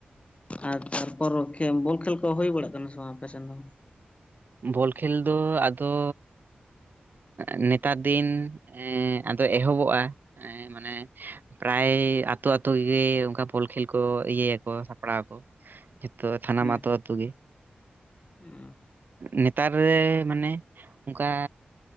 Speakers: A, on the left (about 35°); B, on the right (about 55°).
A: ᱟᱨ ᱛᱟᱨᱯᱚᱨ ᱵᱚᱞ ᱠᱷᱮᱞ ᱠᱚ ᱦᱩᱭ ᱵᱟᱲᱟᱜ ᱠᱟᱱᱟ ᱥᱮ ᱵᱟᱝ ᱟᱯᱮ ᱥᱮᱫ ᱫᱚ?
B: ᱵᱚᱞ ᱠᱷᱮᱞ ᱫᱚ ᱟᱫᱚ ᱱᱮᱛᱟᱨ ᱫᱤᱱ ᱮ ᱟᱫᱚ ᱮᱦᱚᱵᱚᱜᱼᱟ᱾ ᱮ ᱢᱟᱱᱮ ᱯᱨᱟᱭ ᱟᱛᱳ ᱟᱛᱳ ᱜᱮ ᱚᱱᱠᱟ ᱵᱚᱞ ᱠᱷᱮᱞ ᱠᱚ ᱤᱭᱟᱹᱭᱟᱠᱚ ᱥᱟᱯᱲᱟᱣ ᱟᱠᱚ᱾ ᱡᱷᱚᱛᱚ ᱛᱷᱟᱱᱟᱢ
A: ᱦᱩᱸ
B: ᱟᱹᱛᱳ ᱟᱛᱳ ᱜᱮ᱾
A: ᱦᱩᱸ
B: ᱱᱮᱛᱟᱨ ᱨᱮ ᱢᱟᱱᱮ ᱚᱱᱠᱟ